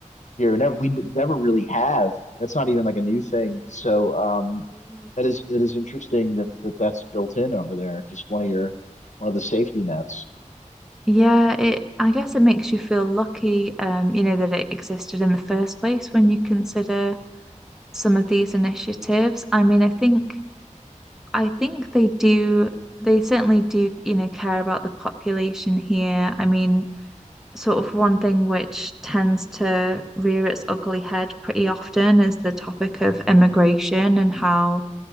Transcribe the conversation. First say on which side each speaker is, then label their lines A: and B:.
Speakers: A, on the left (about 65°); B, in the centre.
A: here. Never, we n- never really have. That's not even like a new thing. So um,
B: mm.
A: that is that is interesting that, that that's built in over there. Just one of your one of the safety nets.
B: Yeah, it I guess it makes you feel lucky, um, you know, that it existed in the first place when you consider some of these initiatives. I mean, I think I think they do, they certainly do, you know, care about the population here. I mean, sort of one thing which tends to rear its ugly head pretty often is the topic of immigration and how,